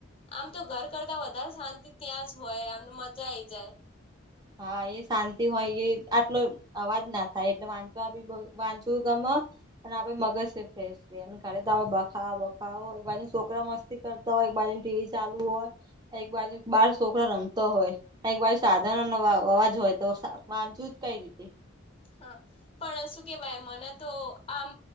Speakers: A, on the left; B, on the right.
A: આમ તો ઘર કરતા વધારે શાંતિ ત્યાં જ હોય આમ તો મજા આઈ જાય.
B: હા એ શાંતિ હોય એ આટલો. અવાજ ના થાય એટલે વાંચવા બી વાંચું ગમ અને આપડે મગજ ફ ને ખરે બખાવ બખાવ એક બાજ છોકરા મસ્તી કરતા હોય એક બાજુની ટીવી ચાલુ હોય. એક બાજુ બાર છોકરા રમતા હોય એક બાજુ સાધન અવાજ હોય તો વાચવું જ કઈ રીતે.
A: હા પણ શું કેવાય મને તો આમ